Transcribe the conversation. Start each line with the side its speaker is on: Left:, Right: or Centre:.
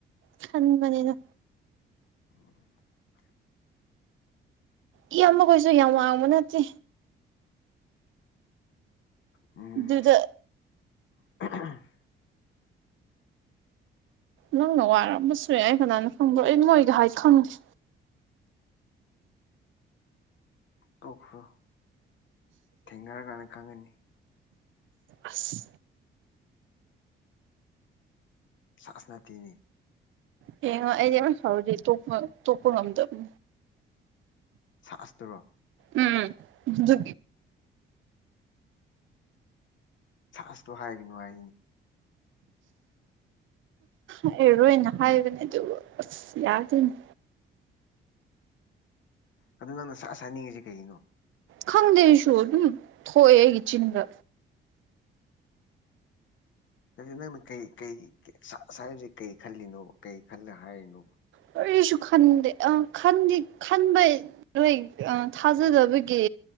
Right: ꯈꯟꯕꯅꯤꯅ
Left: ꯎꯝ
Right: ꯏꯌꯥꯝꯕꯈꯣꯏꯁꯨ ꯌꯥꯝ ꯋꯥꯡꯕ ꯅꯠꯇꯦ
Left: ꯎꯝ
Right: ꯑꯗꯨꯗ
Left: <unintelligible>
Right: ꯅꯪꯅ ꯋꯥꯔꯝꯕꯁꯨꯏ ꯑꯩ ꯀꯅꯥꯅ ꯈꯪꯕ꯭ꯔꯣ ꯑꯩ ꯅꯣꯏꯒ ꯍꯥꯏ ꯈꯪꯉꯦ
Left: ꯀꯣꯈ꯭ꯔꯣ ꯊꯦꯡꯒꯥꯔ ꯀꯅ ꯈꯪꯒꯅꯤ
Right: ꯑꯁ
Left: ꯁꯥꯁꯅꯇꯅꯤ
Right: ꯍꯉ ꯑꯩꯗꯤꯦꯔꯄ ꯇꯄ ꯉꯝꯗꯕ
Left: ꯆꯁꯇ꯭ꯔꯣ
Right: ꯎꯝꯖ
Left: ꯁꯥꯁꯇꯣ ꯍꯥꯏꯒꯅꯨ ꯍꯥꯏꯔꯤꯅꯤ <unintelligible>
Right: ꯑꯩꯔꯣꯏꯅ ꯍꯥꯏꯕꯅꯦ ꯑꯗꯨꯕꯨ ꯑꯁ ꯌꯥꯗꯣꯏꯅꯤ
Left: ꯑꯗꯨ ꯅꯪꯅ ꯁꯛ ꯆꯥꯅꯤꯡꯉꯁꯤ ꯀꯅꯣ
Right: ꯈꯪꯗꯦꯁꯨ ꯑꯗꯨꯝ ꯊꯣꯛꯑꯦ ꯑꯩꯒꯤ ꯆꯤꯟꯗ
Left: ꯅ ꯅꯪꯅ ꯀꯩ ꯀꯩꯁ ꯍꯥꯏꯁꯦ ꯀꯔꯤ ꯈꯜꯂꯤꯅꯣꯕ ꯀꯩ ꯈꯜꯂ ꯍꯥꯏꯔꯤꯅꯣꯕ
Right: ꯀꯔꯤꯁꯨ ꯈꯟꯗꯦ ꯑ ꯈ ꯈꯟꯕ ꯍꯣꯏ ꯊꯥꯖꯗꯕꯒꯤ